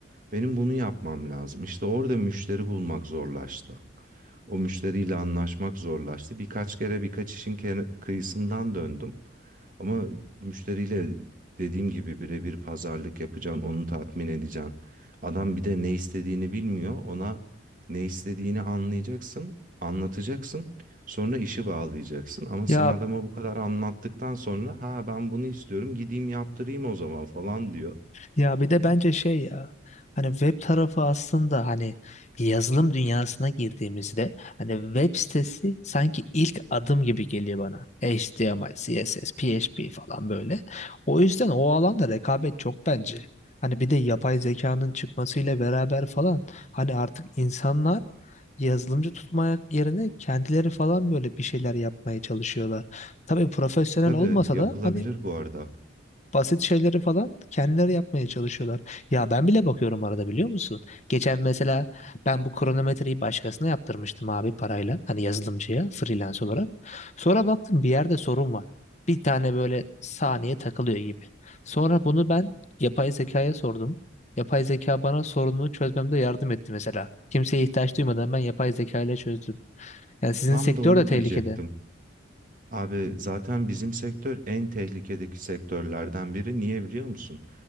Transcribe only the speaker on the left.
Ya
Ya bir de bence şey ya hani web tarafı aslında hani yazılım dünyasına girdiğimizde hani web sitesi sanki ilk adım gibi geliyor bana. HTML, CSS, PHP falan böyle. O yüzden o alanda rekabet çok bence. Hani bir de yapay zekanın çıkmasıyla beraber falan hani artık insanlar yazılımcı tutmak yerine kendileri falan böyle bir şeyler yapmaya çalışıyorlar. Tabii profesyonel
olmasa
da hani
Basit şeyleri falan kendileri yapmaya çalışıyorlar. Ya ben bile bakıyorum arada biliyor musun? Geçen mesela ben bu kronometreyi başkasına yaptırmıştım abi parayla. Hani yazılımcıya freelance olarak. Sonra baktım bir yerde sorun var. Bir tane böyle saniye takılıyor gibi. Sonra bunu ben yapay zekaya sordum. Yapay zeka bana sorununu çözmemde yardım etti mesela. Kimseye ihtiyaç duymadan ben yapay zeka ile çözdüm. Yani sizin
sektör
de tehlikede.